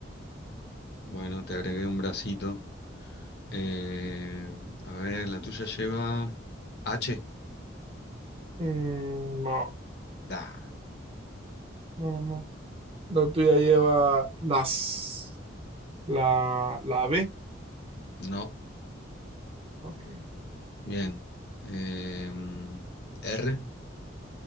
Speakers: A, on the left; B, on the right.
A: Bueno, te agregué un bracito. Em, a ver, la tuya lleva H.
B: Mm, no.
A: Da,
B: No, no, no. La tuya lleva las, la, la B.
A: no.
B: Ok.
A: Bien. Em, R,